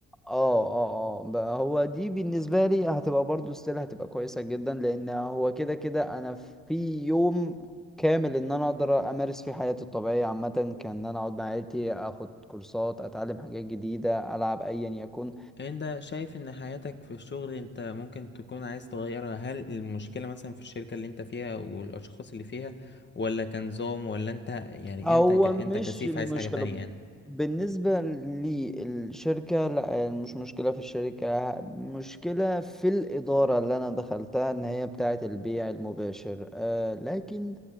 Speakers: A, in the centre; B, on the left.
A: اه اه اه بقى هو دي بالنسبة لي هتبقى برضو ستيل هتبقى كويسة جدا لان هو كده كده انا في يوم كامل ان انا اقدر امارس فيه حياتي الطبيعية عامة كان ان انا اقعد مع عيلتي اخد كورسات اتعلم حاجات جديدة العب ايا يكن
B: انت شايف ان حياتك في الشغل انت ممكن تكون عايز تغيرها هل المشكلة مثلا في الشركة اللي انت فيها والاشخاص اللي فيها ولا كنظام ولا انت يعني
A: هو
B: انت ك... انت
A: مش
B: كسيف
A: المشكلة
B: عايز حاجة تانية يعني
A: بالنسبة للشركة لا مش مشكلة في الشركة مشكلة في الإدارة اللي أنا دخلتها إن هي بتاعة البيع المباشر آه لكن